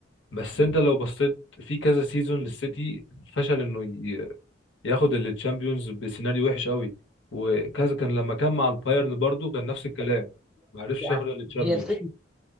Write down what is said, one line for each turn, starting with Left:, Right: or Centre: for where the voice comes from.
Left: بس انت لو بصيت في كذا سيزون للسيتي فشل انه ي- ياخد التشامبيونز بسيناريو وحش قوي وكذا كان لما كان مع البايرن برضو كان نفس الكلام ما عرفش
Centre: يعني
Left: ياخد التشامبيونز
Centre: هي الفكره